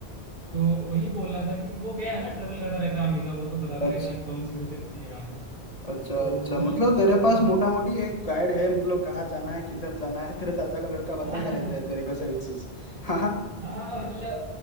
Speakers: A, on the right; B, on the left.
A: तो वही बोल रहा था कि वो गया है ना ट्रेवल करता रहता है हमेशा वो तो बताता
B: अच्छा
A: रहता है कौन सी सबसे अच्छी जगह है
B: अच्छा
A: तो
B: अच्छा
A: वही
B: मतलब
A: बता
B: तेरे
A: हाँ
B: पास मोटा मोटी एक गाइड है मतलब कहाँ जाना है किधर जाना है तेरे चाचा का लड़का बताता
A: <laughs>
B: रहता है तेरे को सभी चीज <laughs>
A: हाँ, मतलब